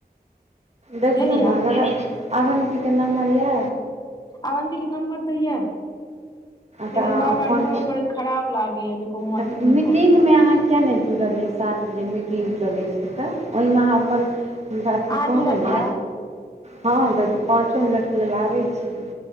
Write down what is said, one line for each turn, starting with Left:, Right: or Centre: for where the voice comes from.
Right: देखियौ
Left: बुझलियै
Right: नऽ जगह अवन्ति केँ नम्मर य
Left: आवन्ति केँ नम्बर तऽ यऽ
Right: तऽ
Left: लेकिन बार बार
Right: फोन
Left: करैत खराब लागैया जे कहूँ
Right: करू
Left: अथी नहि
Right: मीटिंग
Left: करी
Right: मे अहाँ किए नइ जुड़लियै सात बजे मीटिंग चलै छै तऽ ओइमे अहाँ अपन हँ तऽ अथी
Left: अहाँ
Right: कहबै
Left: जुड़ल
Right: ने
Left: यए
Right: हम तऽ पाँचो मिनट लेल आबै छियै